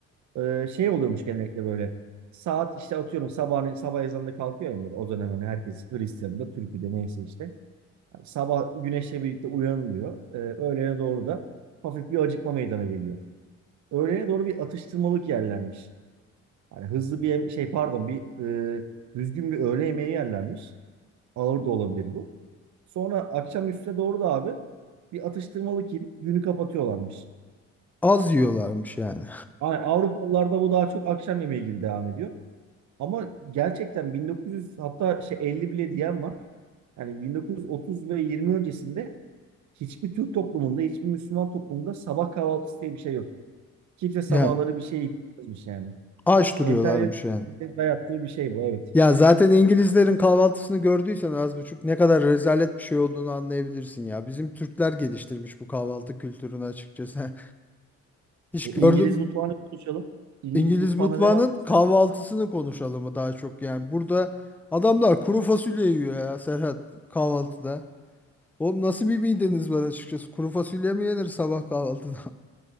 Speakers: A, on the right; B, in the centre.
A: Ee, şey oluyormuş genellikle böyle. Saat işte atıyorum sabah, sabah ezanında kalkıyor emir. O dönem hani herkes Hristiyan'da, Türkiye'de neyse işte. Yani sabah güneşle birlikte uyanılıyor. Ee, öğlene doğru da hafif bir acıkma meydana geliyor. Öğlene doğru bir atıştırmalık yerlermiş. Hani hızlı bir yem- şey pardon bir e, düzgün bir öğle yemeği yerlermiş. Ağır da olabilir bu. Sonra akşam üstüne doğru da abi bir atıştırmalık yiyip günü kapatıyorlarmış.
B: Az yiyorlarmış yani.
A: Yani Ha. Avrupalılarda bu daha çok akşam yemeği gibi devam ediyor. Ama gerçekten 1900 hatta şey 50 bile diyen var. Yani 1930 ve 20 öncesinde hiçbir Türk toplumunda, hiçbir Müslüman toplumunda sabah kahvaltısı diye bir şey yok. Kimse sabahları
B: Yani
A: bir şey yapmış yani.
B: aç duruyorlarmış
A: Emperyalizmin
B: yani.
A: dayattığı bir şey bu evet.
B: Ya zaten İngilizlerin kahvaltısını gördüysen az buçuk ne kadar rezalet bir şey olduğunu anlayabilirsin ya. Bizim Türkler geliştirmiş bu kahvaltı kültürünü açıkçası. <laughs> Hiç
A: E,
B: gördüm
A: İngiliz mutfağını konuşalım. İngiliz
B: İngiliz
A: mutfağında
B: mutfağının
A: ne var
B: kahvaltısını
A: mesela?
B: konuşalım mı daha çok yani. Burada adamlar kuru fasulye yiyor ya Serhat kahvaltıda. Oğlum nasıl bir mideniz var açıkçası? Kuru fasulye mi yenir sabah kahvaltıda?